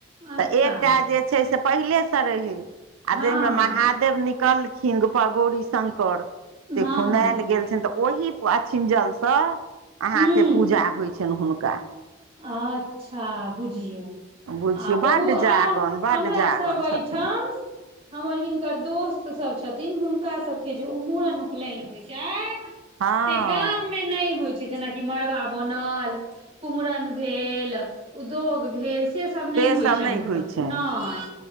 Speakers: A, on the right; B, on the right.
A: अच्छा
B: तऽ एकटा जे छै से पहिले से रहै
A: हँ
B: आ जेमे महादेव निकलखिन गौरी शंकर
A: हँ
B: से खुनायल
A: हँ
B: गेल छनि तऽ ओहि पर अछिंजल तऽ अहाँके
A: हँ
B: पूजा
A: ह
B: होइ छनि हुनका
A: अच्छा बुझियौ
B: बुझियौ
A: आ बहु
B: बड्ड
A: आ
B: जागन बड्ड
A: हमरा
B: जागन
A: सब एहिठाम
B: छथिन
A: हमर हिनकर दोस्त सब छथिन हुनका सबके जे ओ मूड़न उपनयन होइ छै
B: हँ
A: से गाममे नय होइ छै जेनाकि मड़बा बनल कुम्हर भेल उद्योग भेल से सब नय
B: से
A: होइ
B: सब
A: छनि
B: नहि
A: हुनकर
B: होइ छनि
A: नय